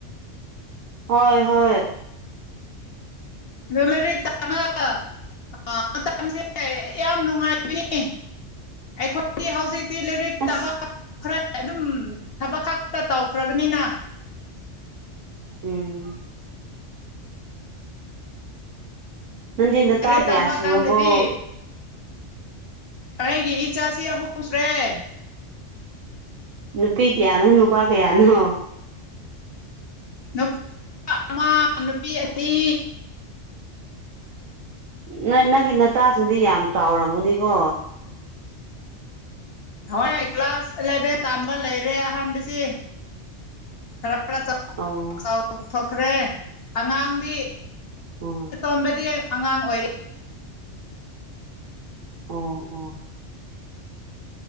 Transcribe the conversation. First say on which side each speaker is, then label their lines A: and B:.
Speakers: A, on the right (about 85°); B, on the left (about 55°).
A: ꯍꯣꯏ ꯍꯣꯏ
B: ꯂꯂꯔꯤ ꯇꯉ <inaudible> ꯑꯥ ꯃꯇꯝꯁꯦ ꯌꯥꯝ ꯅꯨꯡꯉꯥꯏꯕꯅꯦ ꯑꯩꯈꯣꯏꯗꯤ ꯍꯧꯖꯤꯛꯇꯤ ꯂꯥꯏꯔꯤꯛ ꯂꯥꯢꯔꯤꯛ
A: ꯑꯁ
B: ꯇꯥꯝꯕ ꯃꯇꯝꯗ ꯊꯕꯛ ꯈꯛꯇ ꯇꯧꯈ꯭ꯔꯕꯅꯤꯅ
A: ꯎꯝ ꯅꯪꯗꯤ ꯅꯆꯥ
B: ꯂꯥꯏꯔꯤꯛ
A: ꯀꯌꯥ
B: ꯇꯝꯕ
A: ꯁꯨꯔꯕꯣ
B: ꯀꯥꯟꯗꯗꯤ ꯑꯩꯒꯤ ꯏꯆꯥꯁꯤ ꯑꯍꯨꯝ ꯁꯨꯔꯦ
A: ꯅꯨꯄꯤ ꯀꯌꯥꯅꯣ ꯅꯨꯄꯥ ꯀꯌꯥꯅꯣ
B: ꯅꯨꯄꯥ ꯑꯃ ꯅꯨꯄꯤ ꯑꯅꯤ
A: ꯅꯣꯏ ꯅꯪꯒꯤ ꯅꯆꯥꯁꯤꯡꯗꯤ ꯌꯥꯝ ꯆꯥꯎꯔꯝꯒꯨꯅꯤꯀꯣ
B: ꯍꯣꯏ ꯀ꯭ꯂꯥꯁ ꯑꯦꯂꯦꯚꯦꯟ ꯇꯝꯕ ꯂꯩꯔꯦ ꯑꯍꯥꯟꯕꯁꯤ ꯈꯔ
A: ꯑꯣ
B: ꯆꯥꯎꯊꯣꯛꯈ꯭ꯔꯦ ꯑꯉꯥꯡꯗꯤ
A: ꯑꯝ
B: ꯁꯣꯝꯗꯗꯤ ꯑꯉꯥꯡ ꯑꯣꯏꯔꯤ
A: ꯑꯣ ꯑꯣ